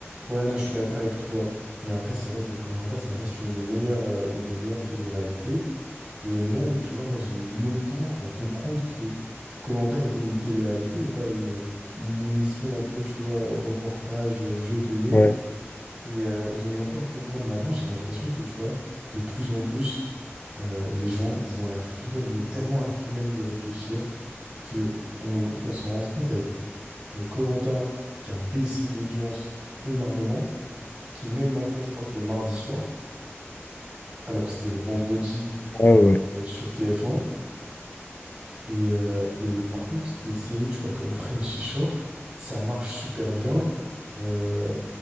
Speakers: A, on the right; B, on the left.
A: Ouais, non, je suis d'accord avec toi. Mais après, c'est vrai que koh ça reste une des meilleures, euh, une des meilleures télé-réalités. Et même, tu vois, moi, j'ai mis longtemps à comprendre que koh était une télé-réalité et pas une, une émission un peu, tu vois, reportage, euh, jeu télé.
B: Ouais,
A: Et, euh, et j'ai mis longtemps à le comprendre. Maintenant, j'ai l'impression que, tu vois, de plus en plus, euh, les gens, ils ont la flemme, mais tellement la flemme de réfléchir, que on, on s'en rend compte avec Colanta qui a baissé d'audience énormément, qui est même maintenant, je crois que le mardi soir, alors que c'était le vendredi
B: ouais, ouais.
A: euh, sur TF1. Et, euh, et par contre, des séries, tu vois, comme Frenchy Shore, ça marche super bien. Euh,